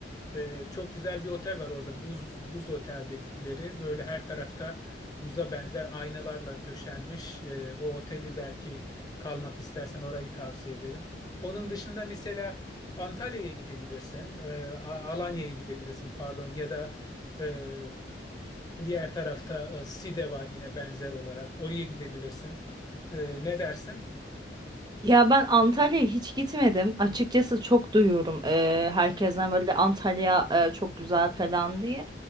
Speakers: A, on the left; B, on the right.
A: Ee, çok güzel bir otel var orada. Buz buz otel dedikleri. Böyle her tarafta buza benzer aynalarla döşenmiş. Ee, o oteli belki kalmak istersen orayı tavsiye ederim. Onun dışında mesela Antalya'ya gidebilirsin. Ee, A- Alanya'ya gidebilirsin pardon ya da e, diğer tarafta e, Side var yine benzer olarak. Oraya gidebilirsin. Ee, ne dersin?
B: Ya ben Antalya'ya hiç gitmedim. Açıkçası çok duyuyorum eee herkesten böyle Antalya eee, çok güzel falan diye.